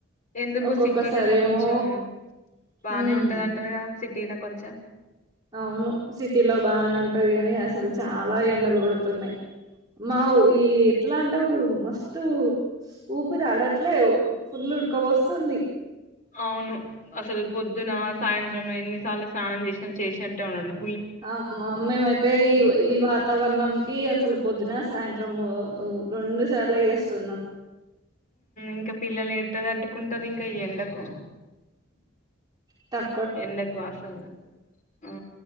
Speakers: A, on the left; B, on the right.
A: ఎందుకు
B: ఒక్కొక్కసారి
A: సిటీలలో
B: ఏమో
A: కొంచెం బానే
B: మ్మ్
A: ఉంటదింటారుగా సిటీలో కొంచెం
B: అవును సిటీలో బాగా ఉంటది ని అసలు చాలా ఎండలు కొడుతున్నాయి మా ఈ ఎట్లా అంటే మస్తుట్ ఊపిరిడట్లేవు ఫుల్ ఉడక వస్తుంది
A: అవును అసలు పొద్దున సాయంత్రం ఎన్నిసార్లు స్నానం చేసినా చేసినట్టే ఉండలా
B: అ మా మ్మమ్ అయితే ఈ వాతావరణంకి అసలు పొద్దున సాయంత్రం డ్రమ్ము రెండు సార్లు చేస్తున్నాం
A: ఇంకా పిల్లలు ఎడదిట్టుకుంటారు ఇంకా ఈ ఎండకు
B: త
A: ఎండకు వాసలు ఆ